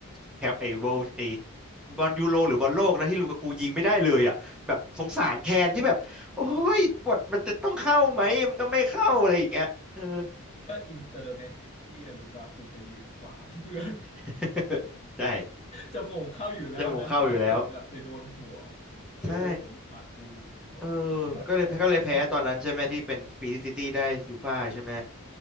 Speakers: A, in the centre; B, on the left.
A: แคปไอ้เวลไอ้บอลยูโรหรือบอลโลกนะที่ลูกากูยิงไม่ได้เลยอ่ะแบบสงสารแคนที่แบบโอ้ยบทมันจะต้องเข้าไหมมันก็ไม่เข้าอะไรอย่างเงี้ยเออ
B: <laughs> ก็อินเตอร์แมนซิตี้อะลูกากูไปยืนขวาง <laughs> เพื่อน
A: <laughs> ใช่
B: จะโมงเข้าอยู่แล้วนะแล้วเปิดแบบไปโดนหัว
A: เจะมงเข้าอยู่แล้ว
B: ไปโดนหัวลูกากู
A: ใช่
B: ออก
A: เออก็เลยก็เลยแพ้ตอนนั้นใช่ไหมที่เป็นปีที่ซิตี้ได้ยูฟ่าใช่ไหม
B: <laughs> อะไรวะ